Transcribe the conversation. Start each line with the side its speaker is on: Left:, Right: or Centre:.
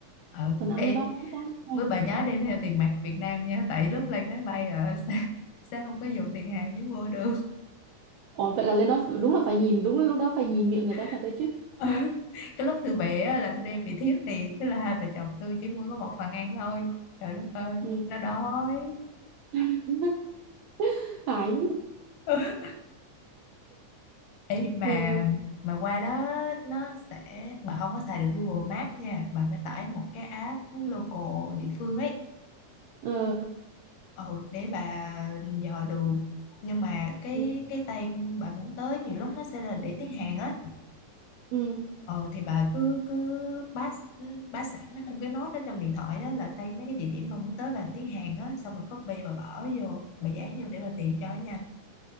Left: ờ
Right: phần ăn
Left: ê
Right: lên đó bán giá cao
Left: với bà nhớ đem theo tiền mặt Việt Nam nha tại lúc lên máy bay ở <laughs> sẽ, sẽ không có dùng tiền hàng để mua được
Right: ồ vậy là lên đó đúng là phải nhìn đúng là lúc đó phải nhìn miệng người ta thật
Left: <laughs>
Right: đấy chứ
Left: Ừ.
Right: à,
Left: cái lúc tôi bé á, là tôi đem bị thiếu tiền thế là hai vợ chồng tôi chỉ mua có một phần ăn thôi trời đất ơi
Right: ừ.
Left: nó đói
Right: <laughs> phải
Left: <laughs> Ê, mà
Right: ừ.
Left: mà qua đó nó sẽ bà không có xài được Google Maps nha bà phải tải một cái app local địa phương ấy
Right: ờ,
Left: ừ, để bà dò đường nhưng mà cái
Right: Ừ.
Left: cái tay bà muốn tới nhiều lúc nó sẽ là để tiếng Hàn á
Right: ừ.
Left: Ờ thì bà cứ cứ bát bát sẵn ở trong cái nốt đó trong điện thoại á là tay mấy cái địa điểm mà muốn tới bằng tiếng Hàn á xong rồi copy và gõ vô bà dán vô để bà tìm cho nó nhanh